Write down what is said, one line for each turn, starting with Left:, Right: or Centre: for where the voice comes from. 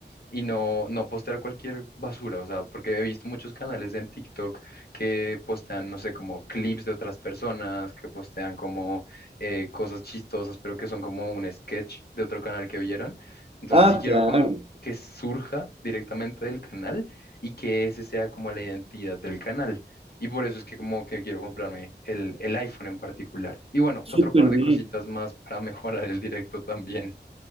Left: y no, no postear cualquier basura, o sea, porque he visto muchos canales en TikTok que postean, no sé, como clips de otras personas, que postean como eh, cosas chistosas, pero que son como un sketch de otro canal que vieron. Entonces
Right: Ah,
Left: sí quiero
Right: claro,
Left: como que surja directamente del canal y que ese sea como la identidad del canal. Y por eso es que como que quiero comprarme el, el iPhone en particular. Y bueno,
Right: súper
Left: otro par de
Right: bien.
Left: cositas más para <laughs> mejorar el directo también.